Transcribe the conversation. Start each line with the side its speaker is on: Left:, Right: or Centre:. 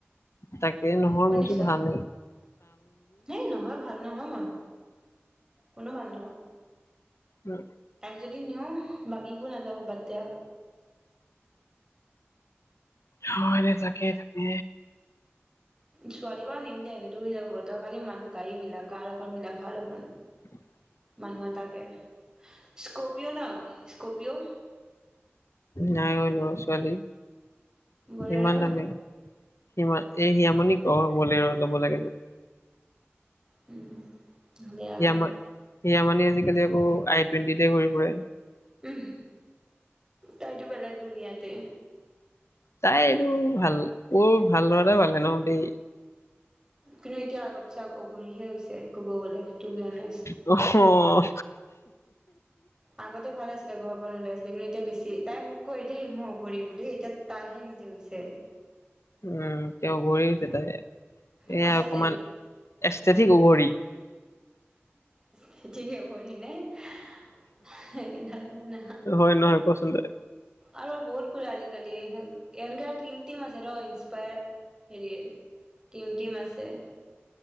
Left: তাকে নহয়
Right: শুনিছ
Left: মইছো ভাল ন।
Right: হেই নহয় ভাল নহয় মই কোনো ভাল নহয়।
Left: উম।
Right: তাইক যদি নিওঁও বাকীবোৰ নাযাব বাদ দে আৰু।
Left: হয় এনে চাকে তাকে।
Right: ছোৱালী বাৰু নিম দে সেইটো হৈ যাব তই খালি মানুহ গাড়ী মিলা কাৰ এখন মিলা ভাল এখন।
Left: <unintelligible>
Right: মানুহ এ তাকে স্কপিঅ নহ স্কপিঅ'।
Left: নাই অ লৰা ছোৱালী
Right: বলেৰ'
Left: ইমান দামেই। সিমা এই সিয়ামণিক ক বলেৰ ল'ব লাগে বুলি।
Right: উম। দে আৰু
Left: হিয়া ম হিয়ামানি আজিকালি আকৌ আই টুৱেণ্টিতে হে ঘৰি ফুৰে।
Right: উ তাইতো বেলেগ দুনীয়াতে।
Left: তাই এইটো ভাল বৰ ভাল লৰা এটা পালে ন দেই।
Right: কিন্তু এতিয়া আগত চাওক অভৰিহে হৈছে ক'ব গ'লে টু বি হনেষ্ট।
Left: অঁ।
Right: আগতে ভাল আছিলে ঘৰ। লাইছিলে কিন্তু এতিয়া বেছি তাই মোক কয় দেই অঘৰি বুলি এতিয়া তাইহে নিজে হৈছে।
Left: উম তেওঁ অঘৰি হৈছে তাই এইয়া
Right: সঁচাকে
Left: অকমান এস্থেথেটিক অঘৰি।
Right: খীতকে কৈ দিলে। স ধৰে মান।
Left: হয় নহয় কচোন তই
Right: আৰু বহুত গুৰা আজিকালি এনকে টিম টিম আছে ৰ ইনসপায়াৰ। হেৰি টিম টিম আছে